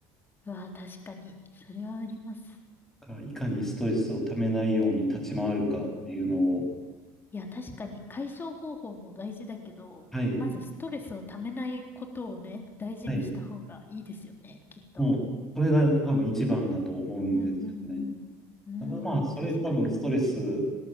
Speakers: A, on the left (about 25°); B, in the centre.
A: うわ確かに。それはあります。
B: からいかにストレスをためないように立ち回るかっていうのを、
A: うん。いや、確かに解消方法も大事だけど、
B: はい、
A: まずストレスをためないことをね、大事にした方がいいですよね、
B: はい、
A: きっと。
B: もう、それが多分一番だと思うんですよね。
A: うんうんうん。
B: だからまあ、それ多分ストレス
A: うん、確かに。